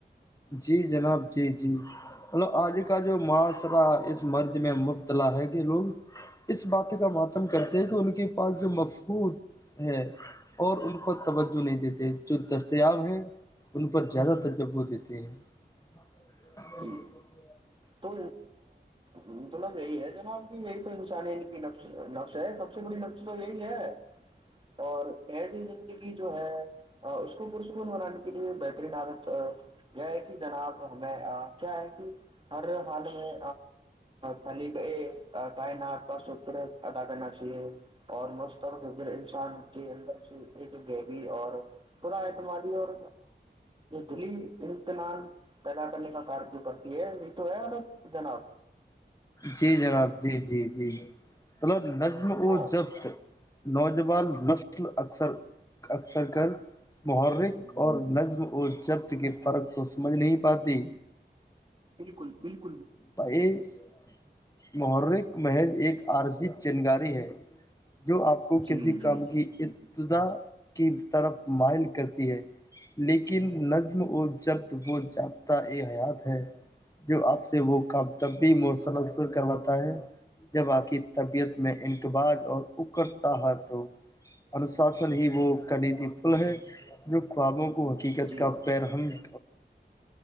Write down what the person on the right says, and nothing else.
<unintelligible>
میں
تو مطلب یہی ہے جناب کی یہی تو <unintelligible> <unintelligible> نفش ہے سب سے بڑی نفش تو یہی ہے اور <unintelligible> <unintelligible> نری زندگی جو ہے اس کو پرسکون بنانے کے لیے بہترین عادت یہ ہے کہ جناب ہمیں کیا ہے کہ <unintelligible> <unintelligible> اور <unintelligible> <unintelligible> حال میں خالی یہ کائنات کا شکر ادا کرنا چاہیے اور مسترکر انسان کے اندر سے ایک ہبی اور با اعتمادی اور دلی امتحان پیدا کرنے کا کار جو کرتی ہے <inaudible> یہی تو ہے ارا جناب
ہاں
ہوں
بالکل بالکل <inaudible>
جی
جی
جی
جی